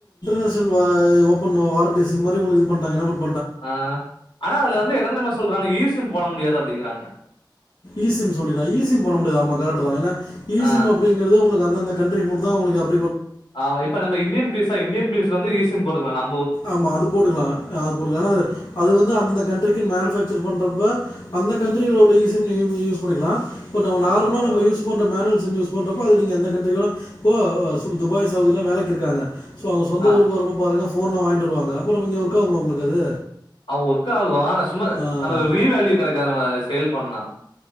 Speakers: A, on the left; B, on the left.
A: இப்ப செல் வா ஓப்பன்னு வாரண்டி சிம் மாரி உங்குளுக்கு இது பண்டாங்க ஏனா <unintelligible>
B: ஆ ஆனா அதுல வந்து என்ன தெரிமா சொல்றாங்க ஈ சிம் போட முடியாது அப்பிடிங்கிறாங்க
A: ஈசிம் சொல்றிங்ளா ஈசிம் போட முடியாது ஆமா கரெக்ட்டுதா ஈசிம்
B: ஆ
A: அப்பிடிங்கிறது உங்குளுக்கு அந்த இந்த கண்ட்ரிக்கு மட்டு தா உங்குளுக் அப்
B: ஆமா இப்ப நம்ம இந்தியன் பீஸ்சா இந்தியன் பீஸ் வந்து ஈஸ் சிம் போட்டுக்குலா நம்
A: ஆமா அது போட்டுக்குலா அது போட்டுக்க ஏனா அது வந்து அந்தந்த கண்ட்ரிக்கு மேனுபக்சர் பண்றப்ப அந்த கண்ட்ரில உள்ள ஈசிம் நீ யூ யூஸ் பண்ணிக்குலா பட் அவன் நார்மலா
B: ஆமா ப்ரோ.
A: நம்ம யூஸ் பண்ற மேனுவல் சிம் யூஸ் பண்றப்ப அது நீங்க எந்த கண்ட்ரிக் வேனா போ வோ சு துபாய் சவுதிலா வேலைக்கி இருக்காங்க சோ அவுங்க சொந்த
B: ஆ
A: ஊக்கு வரப்பு பாருங்க போன்லா வாயிந்தருவாங்க அப்புறம் இங்க ஒர்க்காகுங்களா உங்குளுக்கு அது
B: அவ் ஒர்க்காகு ஆனா சும்மா
A: ஆ.
B: அந்த வீவேல்யூ கெடைக்கு நம்ம சேல் பண்ணா